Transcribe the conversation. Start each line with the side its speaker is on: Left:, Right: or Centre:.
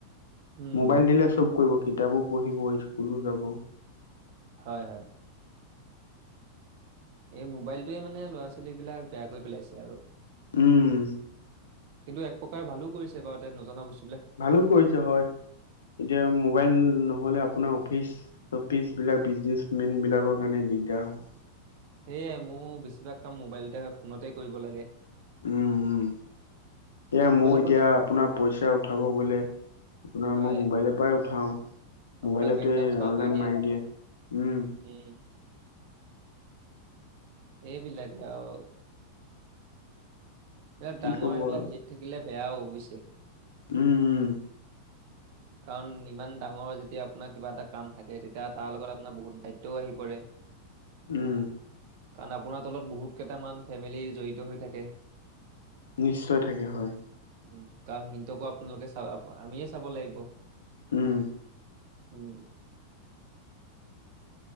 Right: উম
Left: মোবাইল দিলে চব কৰিব। কিতাপো পঢ়িব, স্কুলো যাব।
Right: হয়, হয়। এই মোবাইলটোৱে মানে ল'ৰা ছোৱালী বিলাক বেয়াকৈ পেলাইছে আৰু।
Left: উম।
Right: কিন্তু এক প্ৰকাৰ ভালো কৰিছে বাৰু তে নজনা বস্তু
Left: ভালো কৰিছে হয় এতিয়া মোবাইল নহলে আপোনাৰ অফিচ চ' পিছ বিলাক বিজনেচমেন বিলাকৰ কাৰণে দিগদাৰ হ'ব।
Right: সেয়াই মোৰ বেছিভাগ কাম মোবাইলতে বা ফোনতে কৰিব লাগে।
Left: উম, উম। এয়া
Right: মোবাইলৰ
Left: মোৰ এতিয়া
Right: পৰা
Left: আপোনাৰ পইচা উঠাব গ'লে আপোনাৰ
Right: হয়,
Left: মই মোবাইলৰ পৰাই উঠাও। মোবাইলতে
Right: আপোনাক বেংক ট্ৰাসফাৰ
Left: অনলাইন
Right: কৰি দিয়ে।
Left: মাৰি উম,
Right: উম। এইবিলাকে আৰু। এইবিলাক
Left: কি
Right: ডাঙৰ
Left: ক'ব
Right: এইবিলাক
Left: আৰু
Right: হেৰিত থাকিলে বেয়াও বুইছে।
Left: উম, উম।
Right: কাৰণ ইমান ডাঙৰ যেতিয়া আপোনাৰ কিবা এটা কাম থাকে তেতিয়া তাৰ লগত আপোনাৰ বহুত দায়িত্বও আহি পৰে
Left: উম
Right: কাৰণ আপোনাৰ তলত বহুত কেইটামান ফেমিলি জড়িত হৈ থাকে
Left: নিশ্চয় থাকে হয়।
Right: উম, কাৰণ হিন্তকো আপোনালোকে চাব আমিয়ে চাব লাগিব।
Left: উম
Right: উম